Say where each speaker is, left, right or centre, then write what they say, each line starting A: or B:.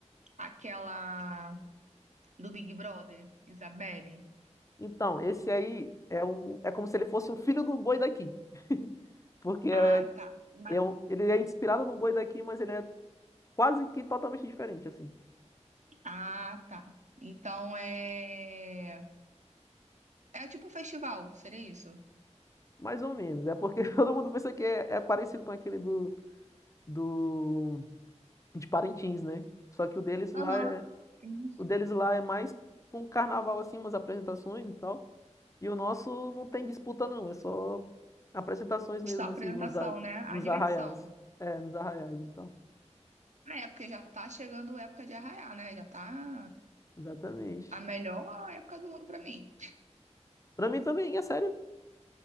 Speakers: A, on the right; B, on the left.
A: aquela do Big Brother, Isabelle.
B: Então, esse aí é um, é como se ele fosse um filho do boi daqui, porque é,
A: Ah, tá. Ma-
B: é um- ele é inspirado no boi daqui, mas ele é quase que totalmente diferente, assim.
A: Ah, tá. Então é. É tipo um festival, seria isso?
B: Mais ou menos. É porque <laughs> todo mundo pensa que é, é parecido com aquele do, do de Parintins, né? Só que o deles lá
A: Aham.
B: é,
A: Isso.
B: o deles lá é mais um carnaval assim, umas apresentações e tal. E o nosso não tem disputa não, é só apresentações mesmo
A: Só apresentação,
B: assim nos a-
A: né?
B: nos
A: A diversão.
B: arraiais. É, nos arraiais, então.
A: Ah, é, porque já tá chegando a época de arraiar, né? Já tá
B: Exatamente.
A: a melhor época do ano pra mim.
B: Pra mim também, é sério.